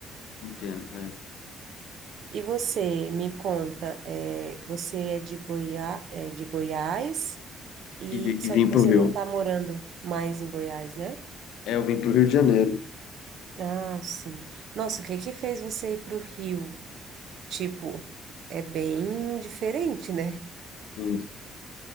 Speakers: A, on the left; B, on the right.
A: Entendo, é.
B: E você, me conta, é, você é de Goiá, é de Goiás, e
A: E, vi-
B: só
A: e vim
B: que você
A: pro Rio.
B: não está morando mais em Goiás, né?
A: É, eu vim para o Rio de Janeiro.
B: Ah, sim. Nossa, o que que fez você ir para o Rio? Tipo, é bem diferente, né?
A: Sim.